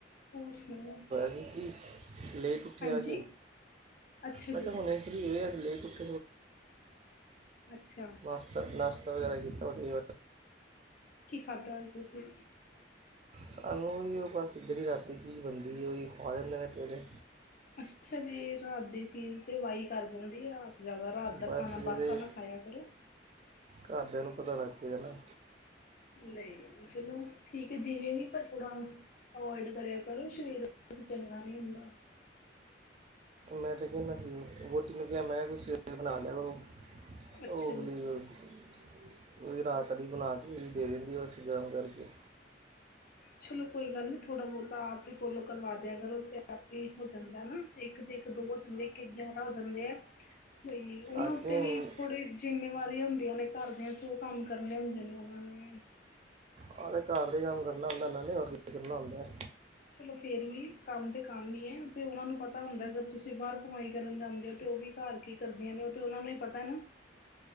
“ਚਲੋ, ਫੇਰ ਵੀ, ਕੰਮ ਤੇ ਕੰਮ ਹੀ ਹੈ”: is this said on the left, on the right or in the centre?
Left